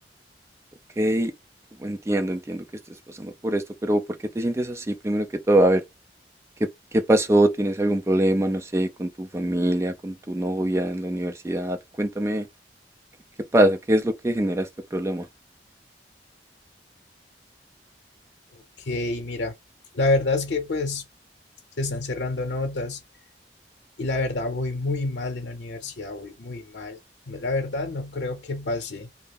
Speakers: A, on the right; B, on the left.
A: Ok, entiendo, entiendo que estés pasando por esto, pero ¿por qué te sientes así? Primero que todo, a ver, ¿qué, qué pasó? ¿Tienes algún problema, no sé, con tu familia, con tu novia en la universidad? Cuéntame, ¿qué, qué pasa? ¿Qué es lo que genera este problema?
B: Ok, mira, la verdad es que pues se están cerrando notas y la verdad voy muy mal en la universidad, voy muy mal. No, La verdad no creo que pase,